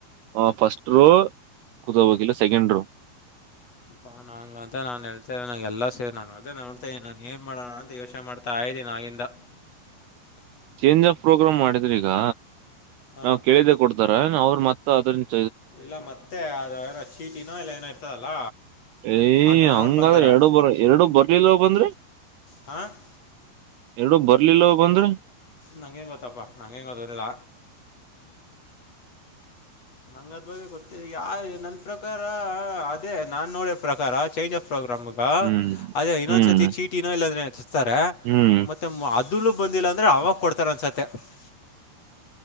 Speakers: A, on the right; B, on the left.
A: ಹಾ ಫಸ್ಟ್ ರೋ ಕೂತಕೋಬೇಕು ಇಲ್ಲ ಸೆಕೆಂಡ್ ರೋ. <unintelligible>
B: ಪ್ಪಾನಾ ಹಾಂಗ್ ಅಂತ ನಾ ಹೇಳ್ತೇನೆ ನಂಗೆಲ್ಲಾ ಸೇರ ನಾನು ಅದೇ ನಾ ನೋಡತ್ತಾ ಇದೇನ್ ಏನ್ ಮಾಡೋದ <unintelligible> ಅಂತ ಯೋಚನೆ ಮಾಡ್ತಾ ಇದ್ದೀನ ಆಗಿಂದ. <unintelligible>
A: ಚೇಂಜ್ ಆಫ್ ಪ್ರೋಗ್ರಾಮ್ ಮಾಡಿದ್ರ ಈಗ
B: ಹಾಂ
A: ನಾವ ಕೇಳಿದೆ ಕೊಡ್ತಾರ ಅವರು ಮತ್ತೆ ಅದರ <unintelligible>
B: ಇಲ್ಲ ಮತ್ತೆ ಅದು ಏನೋ ಚೀಟಿನೋ ಇಲ್ಲ ಏನೋ ಇರ್ತದಲ್ಲ
A: ಏಯ್
B: ಅದು
A: ಹಂಗಾದ್ರೆ
B: ನೋಡ್ಕೊಂತಾರ. <unintelligible>
A: ಎರಡು ಬೋರ್ ಎರಡು ಬರ್ಲಿಲ್ಲವ ಬಂದ್ರೆ. <unintelligible>
B: ಹಾ <unintelligible>
A: ಎರಡು ಬರ್ಲಿಲ್ಲವ ಬಂದ್ರೆ. <unintelligible>
B: ನಂಗೇನು ಗೊತ್ತಪ್ಪ ನಂಗೇನು ಗೊತ್ತಿಲ್ಲ ಹಂಗ್ ಅದವರಿಗೆ ಗೊತ್ತ ಯಾ ನನ್ನ ಪ್ರಕಾರ ಅದೇ ನಾನ್ ನೋಡಿದ ಪ್ರಕಾರ ಚೇಂಜ್ ಆಫ <unintelligible> ಪ್ರೋಗ್ರಾಮ್ ಬೇಕಾ
A: ಹ್ಮ್
B: ಅದೇ ಇನ್ನೊಂದ್ಸತಿ
A: ಹ್ಮ್
B: ಚಿಟ್ಟಿನೂ ಇಲ್ಲ ಆದರೆ ಸಿಕ್ತರಾ
A: ಹ್ಮ್
B: ಮತ್ತೆ ಮ ಅದ <unintelligible> ಇದಲು ಬಂದಿಲ್ಲ ಅಂದ್ರೆ ಅವಾಗ ಕೊಡ್ತಾರೆ ಅನ್ಸತ್ತೆ. <unintelligible>